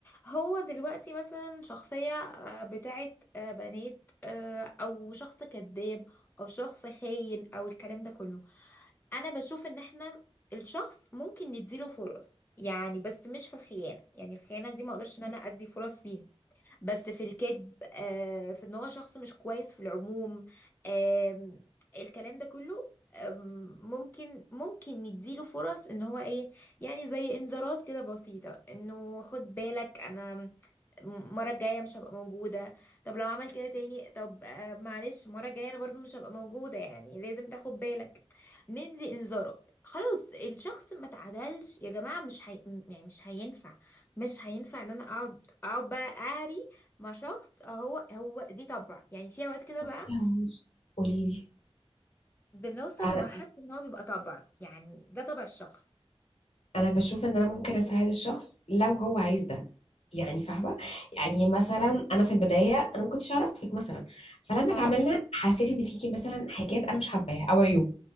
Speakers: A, on the left; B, on the left.
A: هو دلوقتي مثلا شخصيه آه، بتاعت آه، بنات آه، او شخص كذاب او شخص خاين او الكلام ده كله انا بشوف ان احنا الشخص ممكن نديله فرص يعني بس مش في الخيانه يعني الخيانه دي ما اقدرش ان انا ادي فرص فيها بس في الكذب آه، في ان هو شخص مش كويس في العموم آم، الكلام ده كله آم، ممكن ممكن نديله فرص ان هو ايه يعني زي انذارات كده بسيطة انه خد بالك انا المرة الجاية مش هبقى موجودة طب لو عمل كده تاني طب آه، معلش المرة الجاية انا برضو مش هبقى موجودة يعني لازم تاخد بالك ندي انذارات خلاص الشخص ما تعدلش يا جماعة مش هي... يعني مش هينفع مش هينفع ان انا اقعد اقعد بقى اهري مع شخص هو هو دي طبع يعني في اوقات كده
B: بصي
A: بقى
B: هو مش قولي لي
A: بنوصل
B: انا
A: لمرحلة ان هو بيبقى طبع يعني ده طبع الشخص
B: انا بشوف ان انا ممكن اساعد الشخص لو هو عايز ده يعني فاهمه يعني مثلا انا في البدايه انا ما كنتش اعرفك مثلا فلما
A: اه
B: اتعاملنا حسيت ان فيكي مثلا حاجات انا مش حباها او عيوب